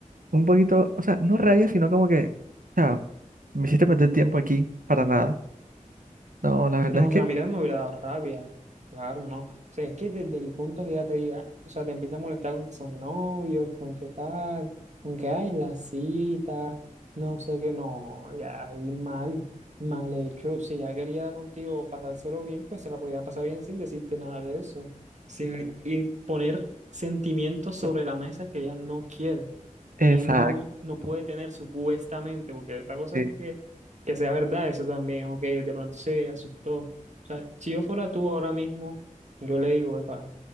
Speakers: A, on the right; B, on the right.
A: un poquito, o sea, no rabia, sino como que, o sea, me hiciste perder tiempo aquí para nada. No, la verdad
B: no,
A: es que,
B: o sea, a mí también me hubiera dado rabia, claro, ¿no? O sea, es que desde el punto que ya te diga, o sea, te empieza a molestar con que son novios, con qué tal, con que hay la cita, no sé qué, no, ya ahí mal, mal hecho. Si ya quería contigo pasárselo bien, pues se la podía pasar bien sin decirte nada de eso, sin y poner sentimientos sobre la mesa que ella no quiere,
A: exacto.
B: que ella no, no puede tener supuestamente, porque otra cosa
A: sí.
B: es que que sea verdad eso también, o que de pronto se asustó. O sea, si yo fuera tú ahora mismo, yo le digo, epa,